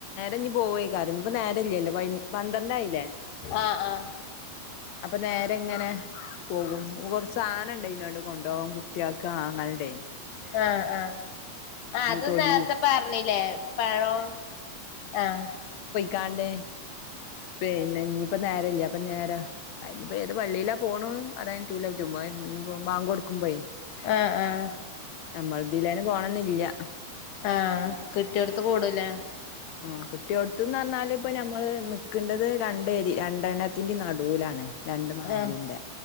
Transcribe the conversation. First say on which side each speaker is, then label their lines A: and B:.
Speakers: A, on the left; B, on the left.
A: അഞ്ഞ പോവയ് ഇപ്പ നേര ഇല്ലല്ലോ പന്ത്രണ്ടായില്ലേ
B: ആഹ് ആഹ്
A: അപ്പൊ നേരെ അങ്ങനെ പോകും കുറച്ച് സാധന ഇണ്ട അതിനോട് വിഭം കുട്ടിയക്ക ആങ്ങളുടെേ
B: ആഹ ആഹ ആ അത്
A: തൊടിയും
B: നേരത്തെ പറഞ്ഞില്ലേ പഴം ആഹ
A: കാണ്ട് പിന്നെ ഇപ്പൊ നേരല്ല അപ്പൊ നേര അയിനിയിപ്പ ഏത് വള്ളിയിലാ പോണ് അതായ <unintelligible> ബാങ്ക് കൊടുക്കുമ്പയ്
B: ആഹ് ആഹ്
A: നമ്മളെ തീലെന്നെ പോണംന്നില്ല്യ.
B: ആഹ് കിട്ടിയോട്ത്ത് കൂടുലേ.
A: ആ കിട്ടിയോട്ത്ത്ന്ന് പറഞ്ഞാല് ഇപ്പ ഞമ്മള് നി ക്കണ്ടത് രണ്ടേരി രണ്ടെണ്ണത്തിൻ്റിം നടൂലാണ്. രണ്ട് മഹല്ലിന്റെ
B: ആഹ്